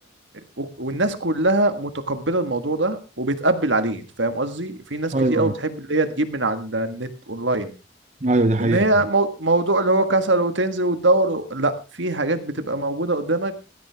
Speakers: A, on the right (about 80°); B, on the right (about 35°).
A: و- والناس كلها متقبلة الموضوع ده وبتقبل عليه انت فاهم قصدي في ناس
B: ايوه
A: كتير قوي بتحب اللي هي تجيب من على النت اونلاين
B: ايوه دي حقيقه
A: ان هي مو- موضوع اللي هو كسل وتنزل وتدور و... لا في حاجات بتبقى موجودة قدامك